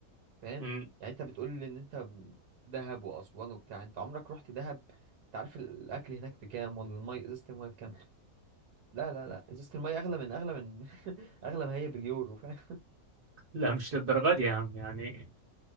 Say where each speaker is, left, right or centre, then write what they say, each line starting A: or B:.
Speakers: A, on the right; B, on the right.
A: فاهم
B: أمم.
A: يعني انت بتقول لي ان انت دهب واسوان وبتاع انت عمرك رحت دهب انت عارف الاكل هناك بكام ولا المي ازازه الميه بكام لا لا لا ازازه الميه اغلى من اغلى من <laughs> اغلى ما هي باليورو فاهم
B: لا مش للدرجه دي يا عم يعني